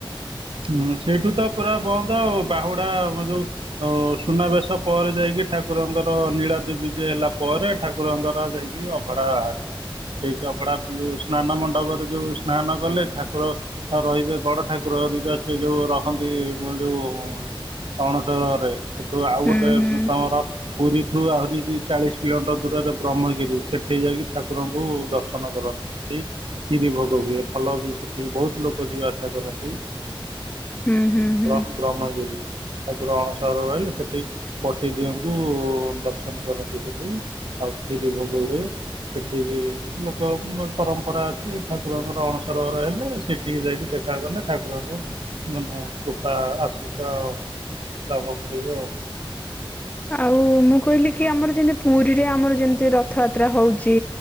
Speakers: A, on the right; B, on the left.
A: ହୁଁ ସେଇଠୁ ତ ପୁରା ବନ୍ଦ ଆଉ ବାହୁଡା ଆମ ଯୋଉ ଆ ସୁନାବେଶ ପରେ ଯାଇକି ଠାକୁରଙ୍କର ନୀଳା ଦପିଜ ହେଲା ପରେ ଠାକୁରଙ୍କର ଯାଇକି ଅ ଅଭଡା ବାହାରିବ ସେଇଠୁ ଅଭଡା ଫୁଣି ଯୋଉ ସ୍ନାନ ମଣ୍ଡପରେ ଯୋଉ ସ୍ନାନ କଲେ ଠାକୁର ତ ରହିବେ ବଡ ଠାକୁର ହରିକା ସେ ଯୋଉ ରହନ୍ତି ମ ଯୋଉ କଣ ଶେଉଳ ଘରେ ସେଠୁ ଆଉ
B: ହୁଁ
A: ଗୋଟେ
B: ହୁଁ
A: ତମର ପୁରୀଠୁ ଆହୁରି ଚାଳିଶ୍ ବି କିଲୋମିଟର୍ ଦୂରରେ ବ୍ରହ୍ମଗିରି ସେଠି ଯାଇକି ଠାକୁରଙ୍କୁ ଦର୍ଶନ କରନ୍ତି। ସେଇ କ୍ଷୀରି ଭୋଗ ହୁଏ ଭଲ ବି ସେଠି ବହୁତ୍ ଲୋକ ଯିବା ଆସା କରନ୍ତି।
B: ହୁଁ ହୁଁ। ହୁଁ
A: ବ୍ରମ୍ ବ୍ରହ୍ମଗିରି। ଠାକୁର ଅଣସର ରହିଲେ ସେଠି ପଟିଦିଅଙ୍କୁ ଦର୍ଶନ କରନ୍ତି ସେଠି। ଆଉ କ୍ଷୀରି ଭୋଗ ହୁଏ। ସେଠି ବିି ଲୋକଙ୍କ ପରମ୍ପରା ଅଛି ଠାକୁରଙ୍କର ଅଣସରହର ହେଲେ ସେ ସେଠିକି ଯାଇକି ଦେଖା କଲେ ଠାକୁରଙ୍କୁ ମାନେ ସୁଫା ଆସିସ ଲାଭ କରିବେ ଆଉ।
B: ଆଉ ମୁଁ କହିଲି କି ଆମର ଯେନ୍ତି ପୁରୀରେ ଆମର ଯେମିତି ରଥଯାତ୍ରା ହଉଚି